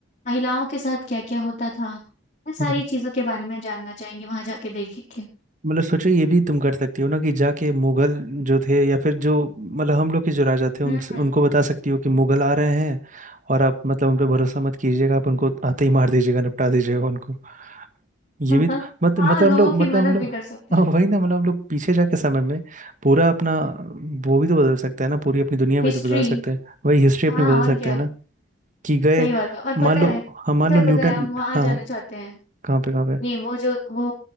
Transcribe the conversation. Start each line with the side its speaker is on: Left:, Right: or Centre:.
Left: महिलाओं के साथ क्या क्या होता था इन सारी
Right: हम्म,
Left: चीजों के बारे में जानना चाहेंगे वहां जाके देखेंगे
Right: मतलब सोचो ये भी तुम कर सकती हो ना कि जाके मुगल जो थे या फिर जो मतलब हम लोग के जो राजा थे उन
Left: हम्म
Right: उनको बता सकती हो कि मुगल आ रहे हैं और आप मतलब उन पे भरोसा मत कीजिएगा आप उनको आते ही मार दीजिएगा निपटा दीजिएगा उनको ये
Left: हम्म।
Right: भी तो, मत,
Left: हाँ
Right: मतलब
Left: लोगों
Right: हम लोग मतलब
Left: की मदद
Right: हम लोग
Left: भी कर सकते
Right: हाँ,
Left: हैं
Right: वही ना मतलब हम लोग पीछे जाके समय में पूरा अपना वो भी तो बदल सकता है ना पूरी अपनी दुनिया
Left: हिस्ट्री
Right: भी तो बदल सकते हैं वही हिस्ट्री
Left: हाँ
Right: अपनी बदल
Left: और
Right: सकते
Left: क्या
Right: हैं ना कि गए
Left: सही बात है और
Right: मान
Left: पता
Right: लो
Left: है
Right: हाँ मान
Left: पता है
Right: लो न्यूटन
Left: पता है हम वहां
Right: हाँ
Left: जाना चाहते हैं
Right: कहाँ पे कहाँ पे
Left: नहीं वो जो वो